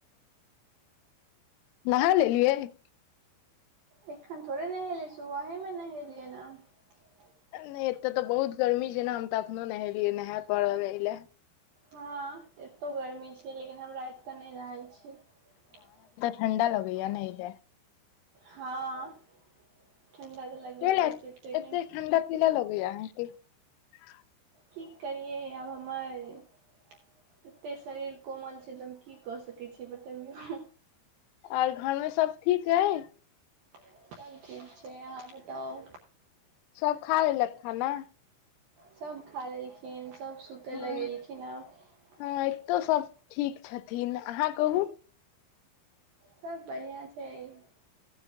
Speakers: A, on the left (about 85°); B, on the right (about 80°).
A: नहा लेलियै। <unintelligible>
B: एखन थोड़े नहेले सुब है मे नहेलियै न। <unintelligible>
A: नहि एतय तऽ बहुत गर्मी छै ने हम तऽ एखनो नहेलियै नहाए प रह लए।
B: हँ एतो गर्मी छै लेकिन हमरा। के नहि रहै छी। <unintelligible>
A: ठण्डा लगैय नहि तऽ। <unintelligible>
B: हँ। <unintelligible> तऽ लगबे
A: क
B: करै छै
A: एते
B: गर्मी
A: ठडा -पिला लगैय। अ क। <unintelligible>
B: की करियै आब हमर- एते शरीर कोमल छै तऽ हम की कऽ सकै छियै बतबियौ।
A: र घर मे सब ठीक है। <unintelligible>
B: <unintelligible> सभचीज छै अहाँ बताउ।
A: सब खा ल लक खाना। <unintelligible>
B: सभ खा लेलखिन सभ। <unintelligible> सुतय
A: हँ
B: लए गेलखिन आब। <unintelligible>
A: हँ एतौ सब ठीक छथिन अहाँ कहू। <unintelligible>
B: सभ बढ़िआँ छै। <unintelligible>